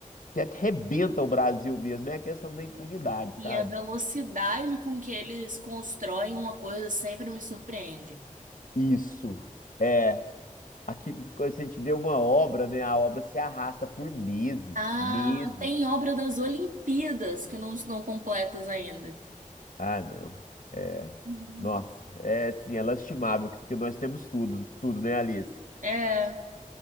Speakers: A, on the left (about 65°); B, on the right (about 75°).
A: que arrebenta o Brasil mesmo é a questão da impunidade, sabe?
B: E a velocidade com que eles constroem uma coisa sempre me surpreende.
A: Isso. É, Aqui, quando a gente vê uma obra, né? A obra se arrasta por meses,
B: Ah,
A: meses.
B: tem obra das Olimpíadas que não estão completas ainda.
A: Ah, não. É,
B: Uhum.
A: nossa, é assim, é lastimável, porque nós temos tudo, tudo, né, Alice?
B: É.